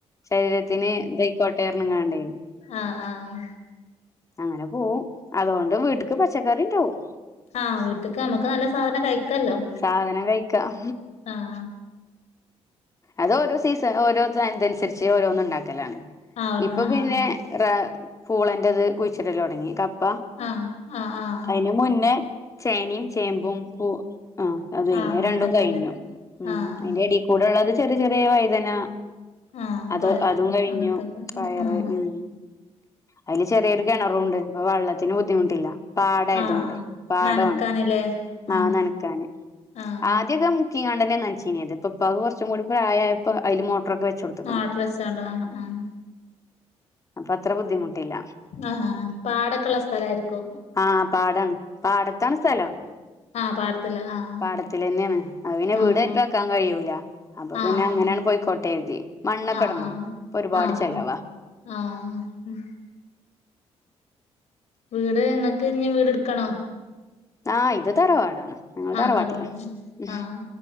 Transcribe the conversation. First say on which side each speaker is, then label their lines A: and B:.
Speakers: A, on the left; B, on the left.
A: ശരീരത്തിന് ദൈ കൊട്ടേറന്ന്ങ്ങാണ്ടേ
B: ആഹ ആഹ
A: അങ്ങനെ പോവും അതുകൊണ്ട് വീട്ടക്ക് പച്ചക്കറി ഉണ്ടാവും
B: ആഹ വീട്ടക്ക് നമ്മുക്ക് നല്ല സാധനം കഴിക്കല്ലോ
A: സാധനം കഴിക്കാം
B: ആഹ
A: അത് ഓരോ സീസൺ ഓരോ ഇതനുസരിച്ച് ഓരോന്നും ഉണ്ടാക്കലാണ്
B: ആഹ് അവിടുന്ന്
A: ഇപ്പൊ പിന്നെ
B: ആഹ്
A: പൂളന്റെറത് കുഴിച്ചിടല്ല തുടങ്ങി കപ്പ
B: ആഹ് ആഹ് ആഹ്
A: അതിന് മുന്നേ ചേനയും ചേമ്പും പൂ ആഹ അത് കഴിഞ്ഞു
B: ആഹ് അങ്ങനത്തൊക്കെല്ലേ
A: രണ്ടും കഴിഞ്ഞു ഉം
B: ആഹ്
A: അതിറെടി കൂടെള്ളത് ചെറിയ ചെറിയ വൈദന
B: ആഹ്
A: അത്
B: പഴ
A: അതും കഴിഞ്ഞു
B: അങ്ങനത്തൊക്കെ
A: പയറ്
B: ആഹ്
A: ഉം അതില് ചെറിയൊരു കിണറുണ്ട് ഇപ്പൊ വെള്ളത്തിന് ബുദ്ധിമുട്ടില്ല പാടായത
B: ആഹ്
A: കൊണ്ട് പാടമാണ്
B: നനക്കാന്ല്ലേ
A: നാ
B: ആഹ്
A: നനക്കാന്
B: ആഹ്
A: ആദ്യകം മുക്കിക്കാണ്ടെന്നെ നന്ച്ചീനത് പ്പ ഇപ്പാക്ക് കുറ്ച്ച്കൂടി പ്രായായപ്പോ അയ്ല് മോട്ട്ർ മോട്ട്റോക്കെ വെച്ചോട്ത്ത്ക്ക്ണ്
B: മോട്ടർ വെച്ചാണ്ട് ആഹ് ആഹ്
A: അപ്പൊ അത്ര ബുദ്ധിമുട്ടില്ല
B: ആഹ് ആഹ് പാടൊക്കെള്ള സ്ഥലയിരിക്കും
A: ആഹ് പാടാണ് പാടത്താണ് സ്ഥലം
B: ആഹ് പാടത്തില് ആഹ്
A: പാടത്തിലെന്നെണ് അപ്പൊപിന്നെ വീടായിട്ട്
B: ആഹ് ആഹ്
A: വെക്കാൻ കയൂല അപ്പൊ പിന്നെ
B: ആഹ്
A: അങ്ങനെണ് പോയിക്കോട്ടെര്തി മണ്ണൊക്കെടണം
B: ആഹ് ആഹ്
A: ഒരുപാട്
B: ആഹ് വന്നു
A: ചെലവാ
B: ആഹ് വീട് ഞങ്ങക്ക് ഇഞ്ഞി വീട് ഇട്ക്കണോ
A: ആഹ് ഇത് തറവാടാണ് ഞങ്ങള്
B: ആഹ്
A: തറവാട്ടില
B: തറവാട്
A: ഉം
B: ആഹ്